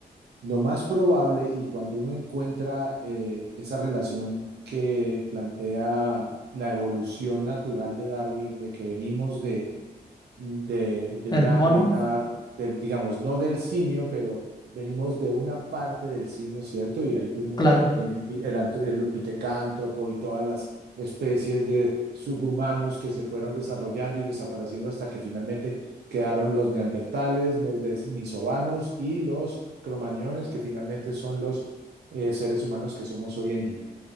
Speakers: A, on the right (about 70°); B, on the left (about 25°).
A: Lo más probable, y cuando uno encuentra eh, esa relación que plantea la evolución natural de Darwin, de que venimos de de, de
B: El
A: una,
B: mono.
A: de una, del, digamos, no del simio, pero venimos de una parte del simio, ¿cierto? Y ahí vemos
B: Claro,
A: en el, el, antro- el pitecántropo y todas las especies de subhumanos que se fueron desarrollando y desapareciendo hasta que finalmente quedaron los neandertales, los denisovanos y los cromañones, que finalmente son los eh, seres humanos que somos hoy en día.